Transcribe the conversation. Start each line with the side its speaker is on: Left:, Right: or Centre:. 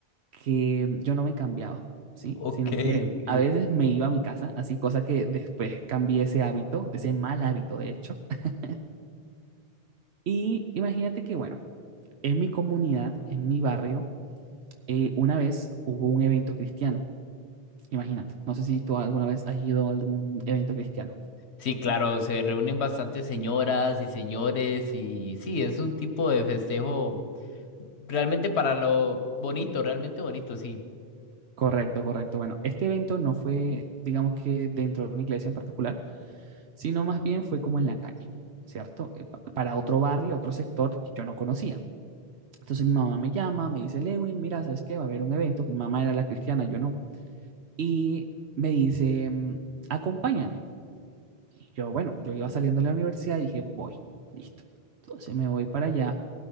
Right: que yo no me cambiaba, ¿sí?
Left: ok,
Right: Sino que
Left: ok.
Right: a veces me iba a mi casa, así, cosa que después cambié ese hábito, ese mal hábito, de hecho. <laughs> Y imagínate que, bueno, en mi comunidad, en mi barrio, eh, una vez hubo un evento cristiano, imagínate, no sé si tú alguna vez has ido a algún evento cristiano.
Left: Sí, claro, se reúnen bastantes señoras y señores y sí, es un tipo de festejo realmente para lo bonito, realmente bonito, sí.
Right: Correcto, correcto. Bueno, este evento no fue, digamos que dentro de una iglesia en particular, sino más bien fue como en la calle, ¿cierto? Eh, pa- Para otro barrio, otro sector que yo no conocía. Entonces mi mamá me llama, me dice, Lewin, mira, ¿sabes qué? Va a haber un evento. Mi mamá era la cristiana, yo no. Y me dice, mm, acompáñame. Y yo, bueno, yo iba saliendo de la universidad y dije, voy, listo. Entonces me voy para allá